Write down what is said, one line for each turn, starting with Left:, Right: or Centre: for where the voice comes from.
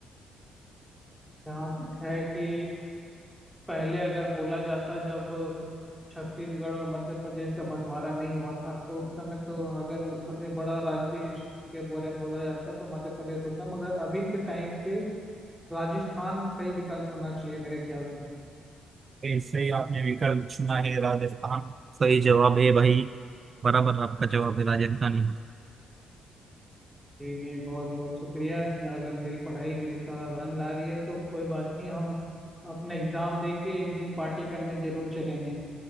Centre: यहाँ तक है कि पहले अगर बोला जाता जब छत्तीसगढ़ और मध्य प्रदेश का बंटवारा नहीं हुआ था तो उस समय तो अगर वो सबसे बड़ा राज्य के बारे में बोला जाता तो मध्य प्रदेश होता मगर अभी के टाइम पे राजस्थान सही विकल्प होना चाहिए मेरे ख्याल से
Right: ऐसे ही आपने विकल्प चुना है राजस्थान सही जवाब है भाई बराबर आपका जवाब है राजस्थानी
Centre: जी जी बहुत बहुत शुक्रिया अगर मेरी पढ़ाई मेरे का रंग ला रही है तो कोई बात नहीं हम अपना एग्जाम दे के एक दिन पार्टी करने जरूर चलेंगे